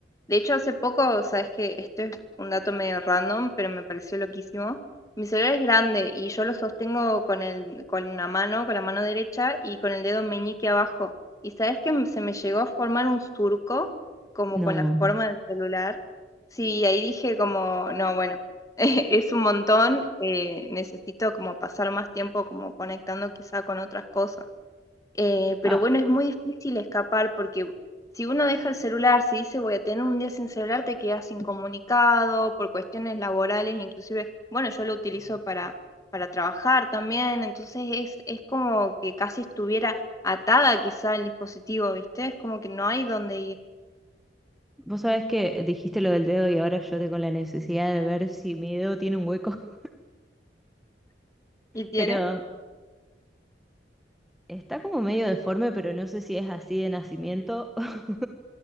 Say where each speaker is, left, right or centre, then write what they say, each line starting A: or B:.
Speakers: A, on the left (about 20°); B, in the centre.
A: De hecho, hace poco, sabes que esto es un dato medio random, pero me pareció loquísimo. Mi celular es grande y yo lo sostengo con el, con una mano, con la mano derecha y con el dedo meñique abajo. Y sabes que se me llegó a formar un surco, como
B: No.
A: con la forma del celular. Sí, ahí dije como, no, bueno. <laughs> es un montón, eh, necesito como pasar más tiempo como conectando quizá con otras cosas. Eh, pero
B: Ah,
A: bueno, es muy difícil escapar porque si uno deja el celular, si dice voy a tener un día sin celular, te quedas incomunicado por cuestiones laborales, inclusive, bueno, yo lo utilizo para, para trabajar también, entonces es, es como que casi estuviera atada quizá al dispositivo, ¿viste? Es como que no hay dónde ir.
B: Vos sabés que dijiste lo del dedo y ahora yo tengo la necesidad de ver si mi dedo tiene un hueco, <laughs>
A: ¿Y tiene?
B: pero está como medio deforme, pero no sé si es así de nacimiento <laughs>